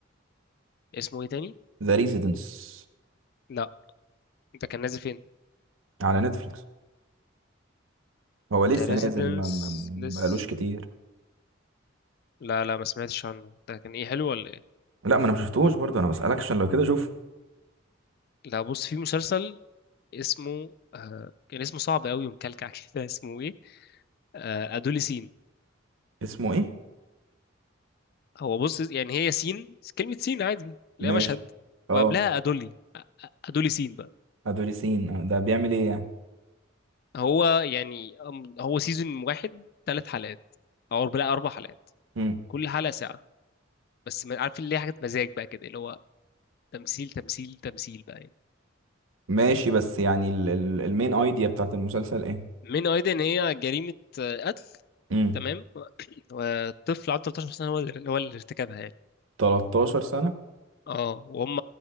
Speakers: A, on the left; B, on the right.
A: اسمه ايه تاني
B: ذا ريزيدنس
A: لا انت كان نازل فين
B: على نتفليكس هو
A: انت
B: لسه
A: ريزيدنس
B: نازل ما ما- ما
A: لس
B: بقالوش كتير
A: لا لا ما سمعتش عنه ده كان ايه حلو ولا ايه
B: لا ما انا ما شفتهوش برضه انا بسألك عشان لو كده شوف
A: لا بص في مسلسل اسمه آه كان اسمه صعب قوي ومكلكع كده <laughs> اسمه ايه آه ادوليسين
B: اسمه ايه
A: هو بص يعني هي سين كلمة سين عادي اللي
B: ماشي
A: هي مشهد
B: اه
A: وقبلها أدولي أدولي سين بقى
B: ادوليسين آه، ده بيعمل ايه يعني
A: هو يعني أم- هو سيزون واحد ثلاث حلقات أو لا أربع حلقات
B: مم.
A: كل حلقة ساعة بس ما- عارف اللي هي حاجة مزاج بقى كده اللي هو تمثيل تمثيل تمثيل بقى يعني
B: ماشي بس يعني ال- ال- المين ايديا بتاعت المسلسل ايه
A: من أيضا إن هي جريمة آه، قتل
B: امم
A: تمام <clears throat> وطفل عنده 13 سنة هو اللي هو اللي ارتكبها يعني
B: 13 سنة
A: اه وهم